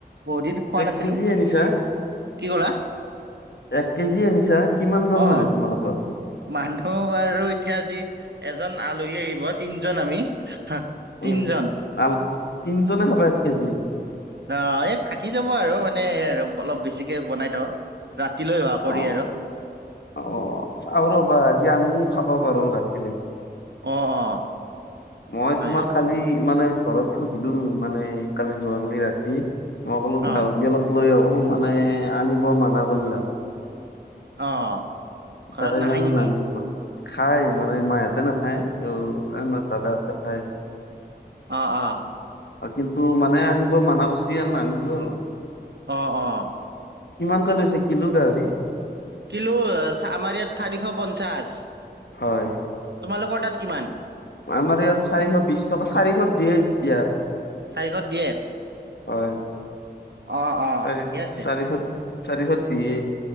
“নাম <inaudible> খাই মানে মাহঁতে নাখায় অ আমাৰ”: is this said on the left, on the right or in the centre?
Left